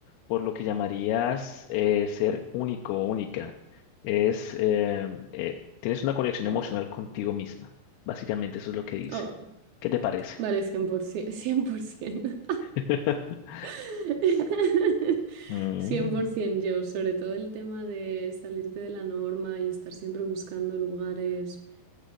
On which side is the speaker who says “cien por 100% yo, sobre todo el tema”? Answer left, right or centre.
Right